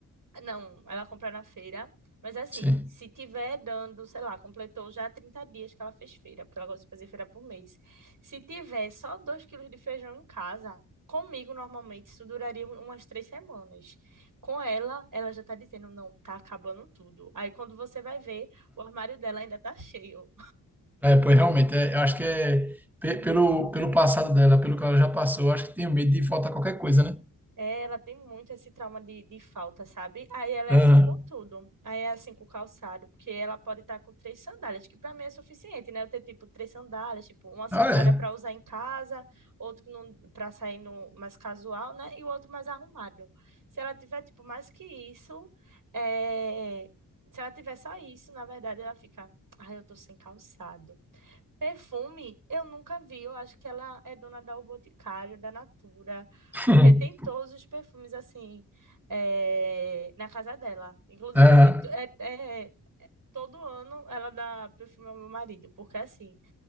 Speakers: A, on the right (about 60°); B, in the centre.
A: Não, ela compra na feira, mas é assim,
B: Sim.
A: se tiver dando, sei lá, completou já 30 dias que ela fez feira, porque ela gosta de fazer feira por mês. Se tiver só 2 quilos de feijão em casa, comigo normalmente isso duraria um- umas três semanas. Com ela, ela já tá dizendo, não, tá acabando tudo. Aí quando você vai ver, o armário dela ainda tá cheio.
B: É, pois realmente, é, eu acho que é pe- pelo, pelo passado dela, pelo que ela já passou, eu acho que tenho medo de faltar qualquer coisa, né?
A: É, ela tem muito esse trauma de, de falta, sabe? Aí ela é
B: Aham.
A: assim com tudo. Aí é assim com o calçado, porque ela pode estar com três sandálias, que para mim é suficiente, né? Eu ter tipo três sandálias, tipo uma sandália
B: Ah, é.
A: para usar em casa, outro para sair no, mais casual, né? E o outro mais arrumado. Se ela tiver tipo mais que isso, é, se ela tiver só isso, na verdade ela fica, ai, eu tô sem calçado. Perfume, eu nunca vi. Eu acho que ela é dona da O Boticário, da Natura,
B: <laughs>
A: porque tem todos os perfumes assim eh, na casa dela. Inclusive
B: Aham.
A: assim, tu- é, é- todo ano ela dá perfume ao meu marido, porque assim,